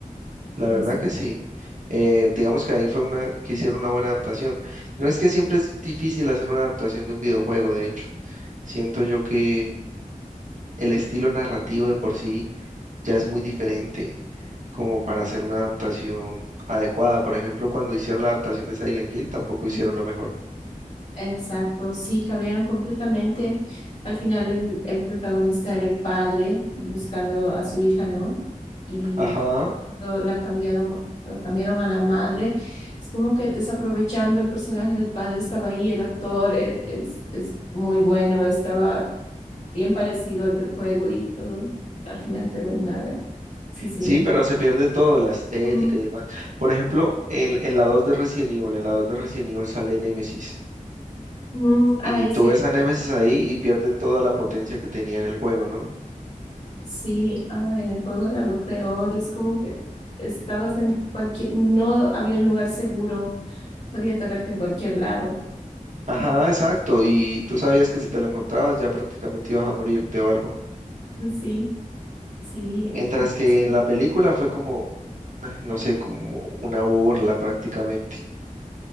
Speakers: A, on the right (about 60°); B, on the left (about 55°).
A: La
B: Es-
A: verdad que sí. Eh, digamos que ahí fue una que hicieron una buena adaptación. No es que siempre es difícil hacer una adaptación de un videojuego, de hecho. Siento yo que el estilo narrativo de por sí ya es muy diferente como para hacer una adaptación adecuada. Por ejemplo, cuando hicieron la adaptación de Silent Hill, tampoco hicieron
B: Ujú.
A: lo mejor.
B: Exacto, sí, cambiaron completamente. Al final el, el protagonista era el padre buscando a su hija, ¿no? Y
A: Ajá.
B: lo- la cambiaron, lo cambiaron a la madre. Es como que desaprovechando el personaje del padre, estaba ahí, el actor e- es, es muy bueno, estaba bien parecido al del juego y todo, al final quedó en nada. Sí, sí.
A: Sí, pero se pierde todo, la estética
B: Ujú.
A: y demás. Por ejemplo, en, en la 2 de Resident Evil, en la 2 de Resident Evil sale Nemesis.
B: Mm, Ah,
A: Y
B: es
A: tú
B: cierto.
A: ves a Nemesis ahí y pierde toda la potencia que tenía en el juego, ¿no?
B: Sí, ah, en el juego era lo peor, es como que estabas en cualquier, no había un lugar seguro, podía atacarte en cualquier lado.
A: Ajá,
B: <laughs>
A: exacto. Y tú sabías que si te lo encontrabas ya prácticamente ibas a morirte o algo.
B: Sí, sí, el,
A: Mientras
B: el precio,
A: que en la película fue como, ah, no sé, como una burla prácticamente.